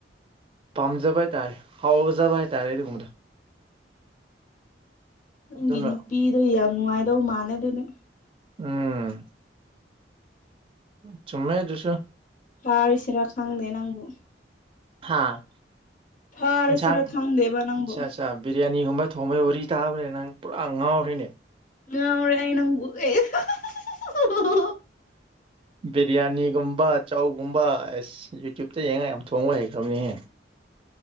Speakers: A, on the right; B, on the left.
A: ꯄꯥꯝꯖꯕ ꯍꯥꯏꯇꯥꯔꯦ ꯍꯥꯎꯖꯕ ꯍꯥꯏꯇꯥꯔꯦ ꯑꯗꯨꯒꯨꯝꯕꯗ
B: ꯅꯪꯒꯤ
A: ꯑꯗꯨꯅ
B: ꯅꯨꯄꯤꯗꯣ ꯌꯥꯝ ꯅꯨꯡꯉꯥꯏꯗꯧ ꯃꯥꯥꯟꯂꯦ ꯑꯗꯨꯗꯤ
A: ꯎꯝ ꯆꯨꯝꯃꯦ ꯑꯗꯨꯁꯨ
B: ꯄꯔꯤꯁꯤꯔꯥ ꯈꯪꯗꯦ ꯅꯪꯕꯨ
A: ꯍꯥꯥ
B: ꯐꯥꯔꯁꯤꯔꯥ
A: ꯏꯟꯁꯥꯡ
B: ꯈꯪꯗꯦꯕ ꯅꯪꯕꯨ
A: ꯑꯠꯆꯥ ꯆꯥ ꯕꯤꯔꯌꯥꯅꯤꯒꯨꯝꯕ ꯊꯣꯕꯩ ꯋꯥꯔꯤ ꯇꯥꯕꯩꯔ ꯅꯪ ꯄꯨꯔꯥ ꯉꯥꯎꯔꯦꯅꯦ
B: ꯉꯥꯎꯔꯦ ꯑꯩ ꯅꯪꯕꯨ <unintelligible>
A: ꯕꯤꯔꯌꯥꯅꯤꯒꯨꯝꯕ ꯆꯧꯒꯨꯝꯕ ꯑꯁ ꯌꯨꯇ꯭ꯌꯨꯕꯇ ꯌꯦꯡꯉꯒ ꯌꯥꯝ ꯊꯣꯡꯕ ꯍꯩꯈ꯭ꯔꯕꯅꯤꯍꯦ